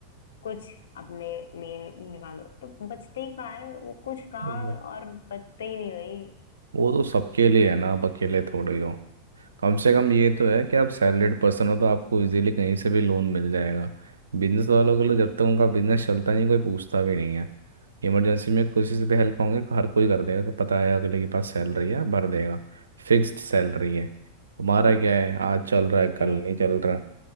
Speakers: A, on the left; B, on the right.
A: कुछ अपने लिए निकालो तो बचते ही कहाँ है वो कुछ कहाँ
B: वो
A: और बचते ही नहीं भाई
B: वो तो सबके लिए है ना अब अकेले थोड़े हो। कम से कम ये तो है कि आप सैलरीड पर्सन हो तो आपको इजीली कहीं से भी लोन मिल जाएगा बिजनेस वालों के लिए जब तक उनका बिजनेस चलता नहीं कोई पूछता भी नहीं है इमरजेंसी में किसी से भी हेल्प होंगे हर कोई कर देगा कि पता है अगले के पास सैलरी है भर देगा फिक्स्ड सैलरी है हमारा
A: हम्म
B: क्या है आज चल रहा है कल
A: हम्म
B: नहीं चल रहा